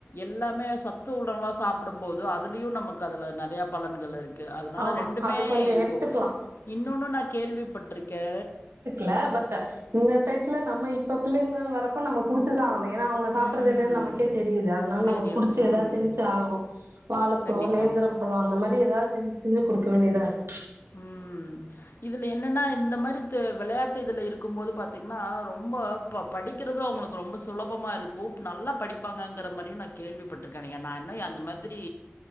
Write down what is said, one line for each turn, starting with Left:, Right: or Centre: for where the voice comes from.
Left: எல்லாமே சத் து உணவா சாப்டும்போது அதுலயு நமக்கு அதில் நெறய பலன்கள் இருக் கு அதனால
Right: ஆமா
Left: ரெண்டுமே
Right: அது கொஞ்சோ
Left: இருக்கு
Right: எடுத்துக்கலா
Left: இன்னொன்னு நா கேள்விப்பட்ருக்கே
Right: ல பட் இந்த எடத்துல நம்ம இப்ப பிள்ளைங்க வர அப்ப நம்ம குடுத்துதா ஆகணு ஏன்னா அவங்க சாப்றது
Left: ம்.
Right: என்னன்னு நமக்கே தெரியுது அதனால நம்ம
Left: தெரியும்.
Right: குடுத்து
Left: ம்.
Right: எதாவது திணுச்சு ஆகணு வாழப்பழம்
Left: கண்டிப்பாங்க.
Right: நேந்திரம் பழம் அந்த மாரி ஏதாவது செஞ்சு செஞ்சு குடுக்க வேண்டியதாருக்கு
Left: ம் இதுல என்னன்னா இந்த மாரி தெ வெளையாட்டு இதுல இருக்கும் போது பாத்தீங்கன்னா ரொம்ப படிக்கிறது அவுங்களுக்கு ரொம்ப சுலபமாருக்கு நல்லா படிப்பாங்கிற மாரியு நா கேள்விப்பட் றுக்கேனுங்க நா இன்னு அந்த மாதிரி